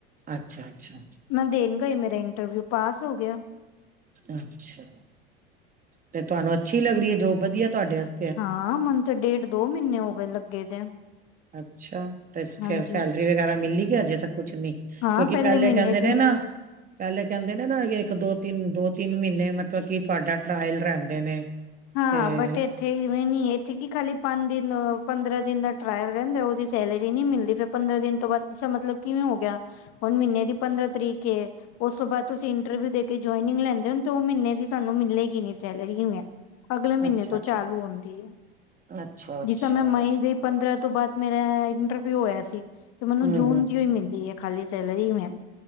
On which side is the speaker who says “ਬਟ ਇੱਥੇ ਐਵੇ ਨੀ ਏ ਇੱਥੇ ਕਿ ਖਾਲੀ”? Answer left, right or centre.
Left